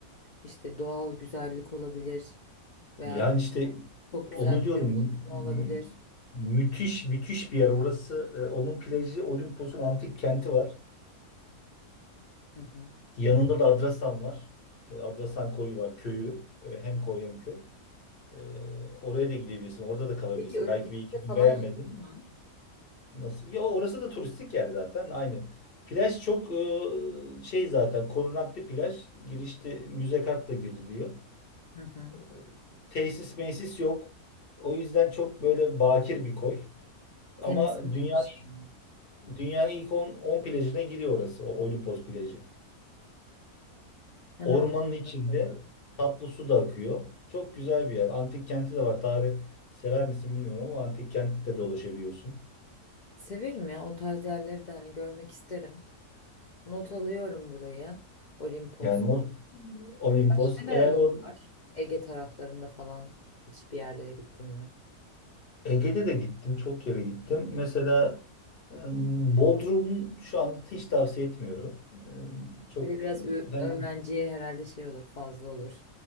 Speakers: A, on the left (about 80°); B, on the left (about 45°).
A: İşte doğal güzellik olabilir veya
B: Yani
A: hani
B: işte
A: çok
B: onu
A: güzel bir
B: diyorum
A: gün batımı
B: mü-
A: olabilir.
B: müthiş müthiş bir yer orası. E, Onun plajı Olimpos'un antik kenti var.
A: Hı hı.
B: Yanında da Adrasan var. E, Adrasan koyu var köyü. E, Hem koy hem köy. E, Oraya da gidebilirsin. Orada da kalabilirsin.
A: Peki öyle
B: Belki
A: bir
B: bir iki
A: şey
B: gün
A: falan
B: beğenmedin.
A: yaptın mı?
B: Nasıl? Ya orası da turistik yer zaten. Aynı. Plaj çok e, şey zaten korunaklı plaj. Girişte müze kart da giriliyor.
A: Hı hı.
B: E, Tesis mesis yok. O yüzden çok böyle bakir bir koy.
A: Temiz
B: Ama dünyanın
A: kalmış yani.
B: dünyanın ilk 10 10 plajına giriyor orası, o Olimpos plajı.
A: Hemen
B: Ormanın içinde
A: not alıyorum.
B: tatlı su da akıyor. Çok güzel bir yer. Antik kenti de var. Tarih sever misin bilmiyorum ama antik kentte dolaşabiliyorsun.
A: Severim ya o tarz yerleri de hani görmek isterim. Not alıyorum burayı. Olimpos.
B: Yani o- Olimpos.
A: Başka nereler
B: Eğer or
A: var? Ege taraflarında falan hiçbir yerlere gittin mi?
B: Ege'de de gittim, çok yere gittim. Mesela e, Bodrum şu anda hiç tavsiye etmiyorum. E, Çok
A: Bir de biraz ö-
B: hem
A: öğrenciye herhalde şey olur, fazla olur.